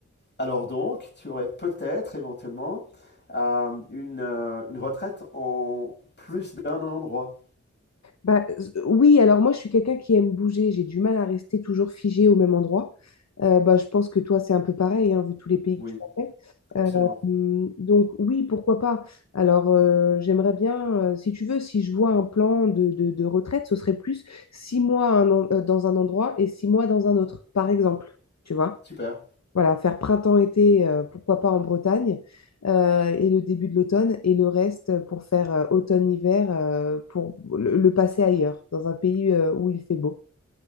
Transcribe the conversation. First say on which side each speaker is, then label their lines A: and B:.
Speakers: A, on the left; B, on the left.
A: Alors donc, tu aurais peut-être éventuellement euh, une, euh, une retraite en plus d'un endroit.
B: Bah, s- oui, alors moi, je suis quelqu'un qui aime bouger. J'ai du mal à rester toujours figé au même endroit. Euh, bah, je pense que toi, c'est un peu pareil, hein, vu tous les pays
A: Oui,
B: que tu as fait.
A: absolument.
B: Euh, donc, oui, pourquoi pas. Alors, euh, j'aimerais bien, euh, si tu veux, si je vois un plan de, de- de retraite, ce serait plus six mois un en- euh, dans un endroit et six mois dans un autre, par exemple. Tu vois?
A: Super.
B: Voilà, faire printemps-été, euh, pourquoi pas en Bretagne, euh, et le début de l'automne, et le reste pour faire euh, automne-hiver, euh, pour le, le passer ailleurs, dans un pays euh, où il fait beau.